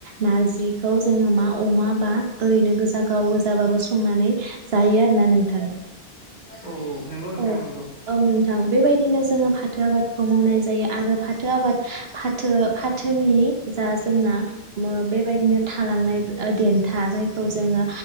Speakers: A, on the right; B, on the left.
A: नारजिखौ जोङो मा अमा बा ओरैनो गोजा गाव गोजाबाबो संनानै जायो आरोना नोंथां ।
B: औ नंगौ नोंथां
A: औ-औ
B: नंगौ
A: नोंथां बेबायदिनो जोङो फाथो आबादखौ मावनाय जायो आरो फाथ थो आबाद फाथो फाथोनि जा जोंना मो बेबायदिनो थालांनाय ओ देन था जायखौ जोङो